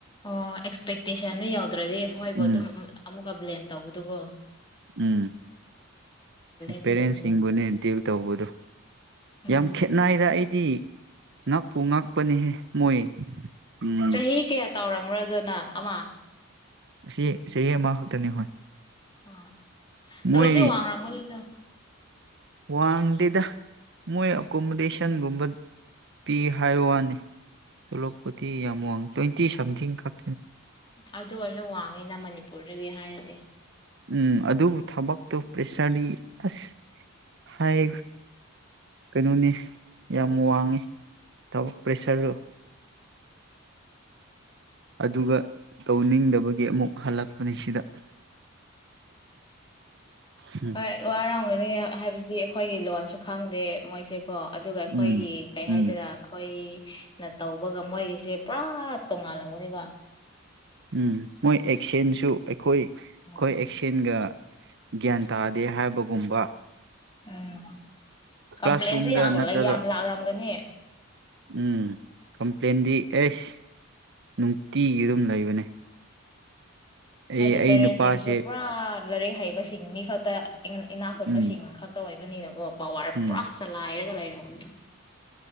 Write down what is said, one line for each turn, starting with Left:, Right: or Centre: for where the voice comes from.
Left: ꯑꯣ ꯑꯦꯛꯁꯄꯦꯛꯇꯦꯁꯟꯗꯨ ꯌꯥꯎꯗ꯭ꯔꯗꯤ ꯍꯣꯏꯕꯨ
Right: ꯎꯝ
Left: ꯑꯗꯨꯝ ꯀꯕ꯭ꯂꯦꯝ ꯇꯧꯕꯗꯨꯒꯣ
Right: ꯎꯝ
Left: ꯑꯗꯨꯒꯨꯝꯕꯗꯣ
Right: ꯄꯦꯔꯦꯟꯁꯁꯤꯡꯕꯨꯅꯦ ꯗꯤꯜ ꯇꯧꯕꯗꯣ
Left: ꯎꯝ
Right: ꯌꯥꯝ ꯈꯦꯠꯅꯗ ꯑꯩ ꯉꯛꯄꯨ ꯉꯛꯄꯅꯤꯍꯦ ꯃꯣꯏ ꯎꯝ
Left: ꯆꯍꯤ ꯀꯌꯥ ꯇꯧꯔꯝꯝꯕ꯭ꯔꯗꯣꯅ ꯑꯃ
Right: ꯑꯁꯤ ꯆꯍꯤ ꯑꯃꯈꯛꯇꯅꯤ ꯍꯣꯏ
Left: ꯑ ꯇ
Right: ꯃꯣꯏ
Left: ꯂꯇ ꯋꯥꯡꯡꯅ ꯑꯃ ꯀꯗꯤꯗ
Right: ꯋꯥꯡꯗꯦꯗ ꯃꯣꯏ ꯑꯦꯀꯣꯃꯣꯗꯦꯁꯟꯒꯨꯝꯕ ꯄꯤ ꯍꯥꯏ ꯋꯥꯅꯤ ꯇꯂꯛꯄꯗꯤ ꯌꯥꯝ ꯋꯥꯡ ꯇ꯭ꯋꯦꯟꯇꯤ ꯁꯝꯊꯤꯡ ꯈꯛ
Left: ꯑꯗꯨ ꯑꯣꯏꯔꯁꯨ ꯋꯥꯡꯉꯤꯅ ꯃꯅꯤꯄꯨꯔꯗꯒꯤ ꯍꯥꯏꯔꯗꯤ
Right: ꯎꯝ ꯑꯗꯨꯕꯨ ꯊꯕꯛꯇꯨ ꯄ꯭ꯔꯦꯁꯔꯗꯤ ꯑꯁ ꯍꯥꯏ ꯀꯩꯅꯣꯅꯤ ꯌꯥꯝ ꯋꯥꯡꯉꯤ ꯊꯕꯛ ꯄ꯭ꯔꯦꯁꯔꯗꯨ ꯑꯗꯨꯒ ꯇꯧꯅꯤꯡꯗꯕꯒꯤ ꯑꯃꯨꯛ ꯍꯜꯂꯛꯄꯅꯤ ꯁꯤꯗ ꯎꯝ
Left: ꯑ ꯋꯥꯔ ꯍꯥꯏꯕ ꯑꯩꯈꯣꯏꯒꯤ ꯂꯣꯟꯁꯨ ꯈꯪꯗꯦ ꯃꯣꯏꯁꯦ ꯀꯣ ꯑꯗꯨꯒ ꯑꯩꯈꯣꯏꯒꯤ
Right: ꯎꯝ
Left: ꯀꯩ
Right: ꯎꯝ
Left: ꯍꯥꯏꯗꯣꯏꯔꯥ ꯑꯩꯈꯣꯏꯅ ꯇꯧꯕꯒ ꯃꯣꯏꯒꯤꯁꯦ ꯄꯨꯔꯥ ꯇꯣꯡꯉꯥꯜꯂꯝꯒꯅꯤꯕ
Right: ꯎꯝ ꯃꯣꯏ ꯑꯦꯛꯁꯦꯟꯁꯨ ꯑꯩꯈꯣꯏ ꯑꯩꯈꯣꯏ
Left: ꯎꯝ
Right: ꯑꯦꯛꯁꯦꯟꯒ ꯒ꯭ꯌꯥꯟ ꯇꯥꯗꯦ ꯍꯥꯏꯕꯒꯨꯝꯕ
Left: ꯎꯝ ꯀꯝꯄ꯭ꯂꯦꯟꯁꯨ
Right: ꯀ꯭ꯂꯥꯁꯔꯨꯝꯗ
Left: ꯌꯥꯝ
Right: ꯅꯠꯇ꯭ꯔꯒ
Left: ꯌꯥꯝ ꯂꯥꯛꯂꯝꯝꯒꯅꯤ
Right: ꯎꯝ ꯀꯝꯄ꯭ꯂꯦꯟꯗꯤ ꯑꯦꯁ ꯅꯨꯡꯇꯤꯒꯤ ꯑꯗꯨꯝ ꯂꯩꯕꯅꯦ ꯑꯩ
Left: ꯍꯥꯏꯗꯤ
Right: ꯑꯩ
Left: ꯄꯦꯔꯦꯟꯁꯤꯡꯁꯨ
Right: ꯅꯨꯄꯥꯁꯦ
Left: ꯄꯨꯔꯥ ꯂꯥꯏꯔꯤꯛ ꯍꯩꯕꯁꯤꯡ ꯃꯤ ꯈꯛꯇ ꯏꯅꯥꯛꯈ ꯈꯨꯟꯕꯁꯤꯡ
Right: ꯎꯝ
Left: ꯈꯛꯇ ꯑꯣꯏꯕꯅꯤꯅꯀꯣ ꯄꯋꯥꯔ
Right: ꯎꯝ
Left: ꯄꯨꯔꯥ ꯆꯂꯥꯏꯔꯒ ꯂꯩꯔꯕꯔꯕꯅꯤ